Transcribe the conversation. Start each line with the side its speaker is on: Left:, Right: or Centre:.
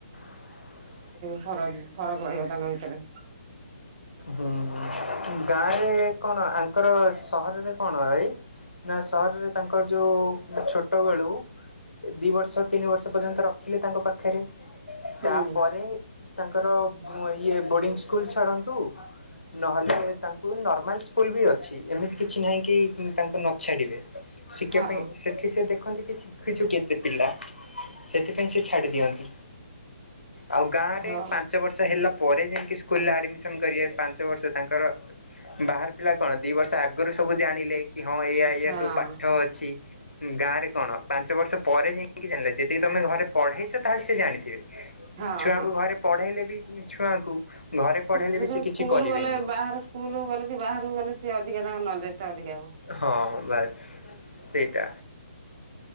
Left: ହ
Right: ଫରକ୍ ଫରକ୍ ରହିବ ତାଙ୍କ ଭିତରେ।
Left: ହ ହୁଁ ଗାଁ ରେ କଣ ଆଙ୍କର ସହରରେ କଣ ରାଇ ନା ସହରରେ ତାଙ୍କର ଯୋଉ ଛୋଟ ବେଳୁ ଦି ବର୍ଷ ତିନି ବର୍ଷ ପର୍ଯ୍ୟନ୍ତ ରଖିଲେ ତାଙ୍କ ପାଖରେ
Right: ହୁଁ
Left: ତାପରେ ତାଙ୍କର ଇଏ ବୋର୍ଡିଙ୍ଗ ସ୍କୁଲ ଛାଡ଼ନ୍ତୁ। ନହେଲେ ତାଙ୍କୁ ନର୍ମାଲ ସ୍କୁଲ ବି ଅଛି ଏମିତି କିଛି ନାହିଁ କି ତାଙ୍କୁ ନଛାଡ଼ିବେ। ଶିକିବା
Right: ହଁ
Left: ପାଇଁ ସେଠି ସେ ଦେଖନ୍ତି କି ଶିଖିଛୁ କେତେ ପିଲା। ସେଥିପାଇଁ ସେ ଛାଡି ଦିଅନ୍ତି ଆଉ ଗାଁରେ।
Right: ହଁ
Left: ପାଞ୍ଚ ବର୍ଷ ହେଲା ପରେ ଯାଇଁକି ସ୍କୁଲରେ ଆଡମିସନ କରିବେ ପାଞ୍ଚ ବର୍ଷ ତାଙ୍କର ବାହାର ପିଲା କଣ କଣ ଦି ବର୍ଷ ଆଗରୁ ସବୁ ଜାଣିଲେ କି ହଁ ଏଇ ଏଇଆ
Right: ହଁ।
Left: ସବୁ ପାଠ ଅଛି ଗାଁ ରେ କଣ? ପାଞ୍ଚ ବର୍ଷ ପରେ ଯାଇକି ଜାଣିଲେ ଯେତିକି ତମେ ଘରେ ପଢ଼େଇଛ ତାହେଲେ ସିଏ ଜାଣିଥିବେ।
Right: ହଁ
Left: ଛୁଆଙ୍କୁ
Right: ହଁ।
Left: ଘରେ ପଢେଇଲେ ବି ଛୁଆଙ୍କୁ ଘରେ ପଢେଇଲେ
Right: ମୁଁ କିନ୍ତୁ
Left: ବି ସେ କିଛି
Right: ସ୍କୁଲ
Left: କରିବେନି।
Right: ଗଲେ ବାହାର ସ୍କୁଲ ଗଲେ କି ବାହାରକୁ ଗଲେ ସେ ଅଧିକା ତାଙ୍କ ନଲେଜ ଟା ଅଧିକା ହବ।
Left: ହଁ ବାସ୍ ସେଇଟା।